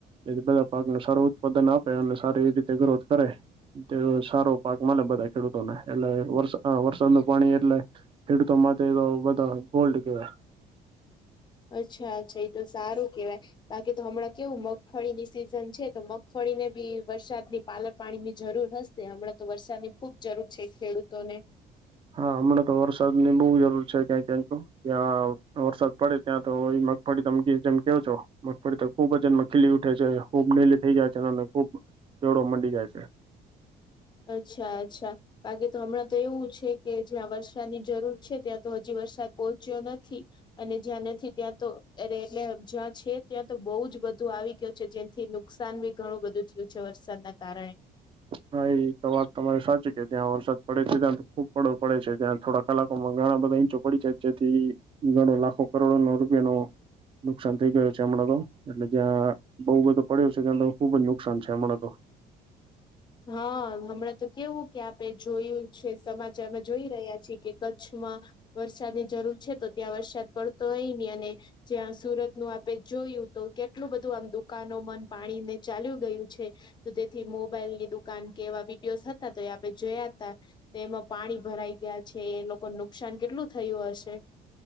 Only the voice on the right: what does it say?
એ બધા પાકને સારું ઉત્પાદન આપે અને સારી એ રીતે ગ્રોથ કરે. તે સારો પાક મળે બધા ખેડૂતોને એટલે વાર વરસાદ ન પાણી એટલે ખેડૂતો માટે તો બધા ગોલ્ડ કેવાય.
હા હમણાં તો વરસાદ ની બહુ જરૂર છે ક્યાં ક્યાંક તો. ત્યાં વરસાદ પડે ત્યાં તો મગફળી તમકી જેમ કેવો છો મગફળી તો ખુબ એમાં ખીલી ઉઠે છે ખૂબ નીલી થઇ જાય છે અને ખુબ દડો મડી જાય છે
હા એ તો વાત તમારે સાચી કે ત્યાં વરસાદ પડે છે ત્યાં ખૂબ પડો પડે છે ત્યાં થોડા કલાકોમાં ઘણા બધા ઈંચો પડી જાય જેથી ઘણો લાખો કરોડોનો રૂપિયાનો નુકસાન થઈ ગયું છે હમણાં તો એટલે જ્યાં બહુ બધો પડ્યો છે ત્યા ખુબ જ નુકસાન છે હમણાં તો